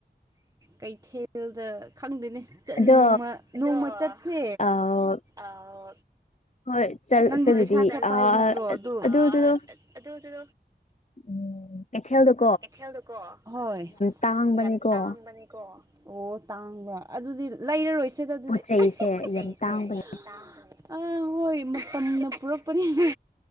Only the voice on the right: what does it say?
ꯀꯩꯊꯦꯜꯗ ꯈꯪꯗꯦꯅꯦ
ꯅꯣꯡꯃ ꯅꯣꯡꯃ ꯆꯠꯁꯦ
ꯑ‌ꯧ
ꯅꯪꯗꯤ
ꯄꯩꯁꯥ ꯈꯔ
ꯄꯥꯏꯕ ꯅꯠꯇ꯭ꯔꯣ ꯑꯗꯨ
ꯑ ꯑꯗꯨ ꯑꯗꯨ
ꯀꯩꯊꯦꯜꯗꯀꯣ ꯍꯣꯏ
ꯌꯥꯝ ꯇꯥꯡꯕꯅꯤꯀꯣ ꯑꯣ ꯇꯥꯡꯕ ꯑꯗꯨꯗꯤ ꯂꯩꯔꯔꯣꯏꯁꯤꯗ ꯑꯗꯨꯗꯤ
ꯄ‌ꯣꯠ ꯆꯩꯁ‌ꯦ
ꯌꯥꯝ ꯇꯥꯡꯕꯅ‌‌ꯦ ꯑꯥ ꯍꯣꯏ ꯃꯇꯝꯅ ꯄꯨꯔꯛꯄꯅꯤꯅ